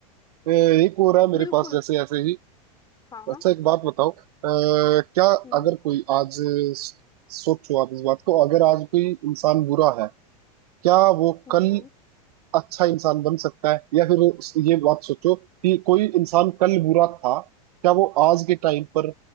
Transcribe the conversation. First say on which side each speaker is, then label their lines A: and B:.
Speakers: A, on the right; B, on the left.
A: है ए, एक और है मेरे
B: बिल्कुल
A: पास जैसे ऐसे ही
B: हाँ हाँ।
A: अच्छा एक बात बताओ अ, क्या
B: हम्म
A: अगर कोई आज स- सोचो आप इस बात को अगर आज कोई इंसान बुरा है क्या वो
B: हम्म
A: कल अच्छा इंसान बन सकता है या फिर उस- ये बात सोचो कि कोई इंसान कल बुरा था क्या वो आज के टाइम पर